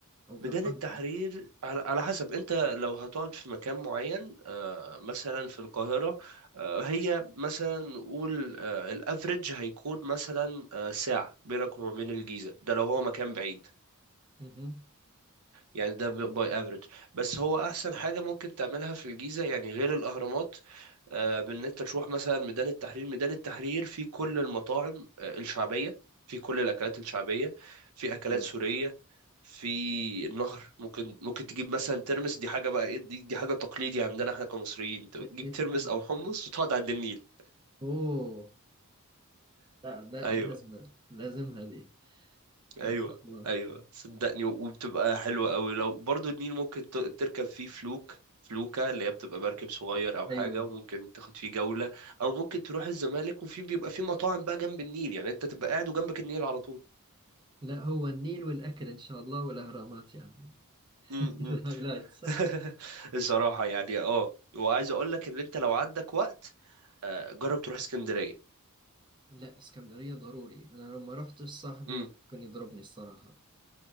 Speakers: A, on the right; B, on the right.
A: أو في
B: ميدان
A: القاهرة
B: التحرير على, على حسب انت لو هتقعد في مكان معين آه مثلا في القاهرة آه هي مثلا نقول آه الافريج هيكون مثلا آه ساعة بينك وما بين الجيزة ده لو هو مكان بعيد
A: اها
B: يعني ده باي افريج بس هو احسن حاجه ممكن تعملها في الجيزه يعني غير الاهرامات آه، بان انت تروح مثلا ميدان التحرير ميدان التحرير فيه كل المطاعم آه، الشعبيه فيه كل الاكلات الشعبيه فيه اكلات
A: أيوة
B: سوريه في النهر ممكن ممكن تجيب مثلا ترمس دي حاجه بقى ايه دي, دي حاجه تقليدي عندنا احنا كمصريين انت بتجيب
A: إيه- إيه تتحمس
B: ترمس او حمص
A: له؟
B: وتقعد عند النيل
A: أوه لا لا
B: ايوه
A: لازم لازم هذه
B: ايوه
A: إن شاء الله
B: ايوه صدقني وبتبقى حلوه قوي لو برضو النيل ممكن ت- تركب فيه فلوك فلوكة اللي هي بتبقى مركب صغير او حاجه
A: أيوة
B: وممكن تاخد فيه جوله او ممكن تروح الزمالك وفي بيبقى فيه مطاعم بقى جنب النيل يعني انت تبقى قاعد وجنبك النيل على طول
A: لا هو النيل والأكل إن شاء الله والأهرامات يعني
B: امم
A: <laughs> الهايلايتس
B: <laughs> الصراحه يعني اه وعايز اقول لك ان انت لو عندك وقت آه، جرب تروح اسكندريه
A: لا اسكندرية ضروري أنا لما رحت صاحبي
B: امم
A: كان يضربني الصراحة